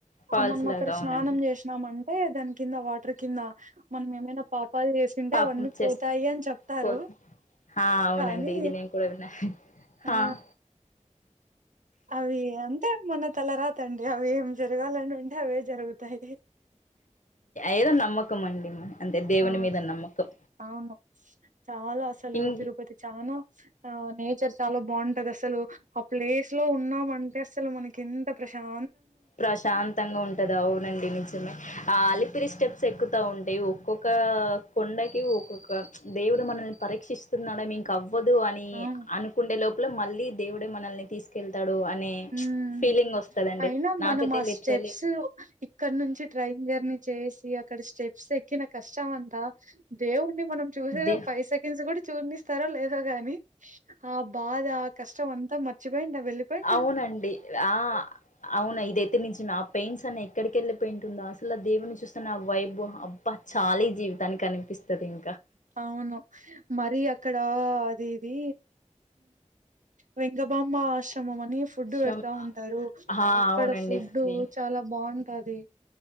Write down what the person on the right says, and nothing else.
మనం
అక్కడ
స్నానం చేసినాం అం టే దాని కింద వాటర్ కింద మనం ఏమైనా పా పల్ చేసింటే
అవన్నీ
పోతాయి అని చెప్తారు
కానీ
ఆ
అవి అంతే మన తల రాతండి అవి జరగాలని ఉంటే అవే జరుగుతాయి
ఆ
అవును చాలా అసలు
తిరుపతి చాలా ఆ నేచర్ చాలా బాగుంటది అసలు ఆ ప్లేస్ ఉన్నామంటే అసలు మనకి ఎంత ప్రశాం
అవును
ఉమ్
అయినా
మనం ఆ
స్టెప్స్ ఇక్కడ నుంచి ట్రైన్ జర్నీ చేసి అక్కడ స్టెప్స్ ఎక్కిన కష్టం అంతా దేవు డిని మనం చూసే
ఒక ఫైవ్ సెకండ్స్ కూడా చూర్ణిస్తారో లేదో గాని ఆ బాధ ఆ కష్టం అంత మర్చపోయి నవ్ వెలిపోయి
అవును మరి అక్కడ అదేది వెంగమాంబా ఆశ్రమం అం ని ఫుడ్
పెడతా ఉంటరు
అక్కడ
ఫుడ్
చాలా బావుంటది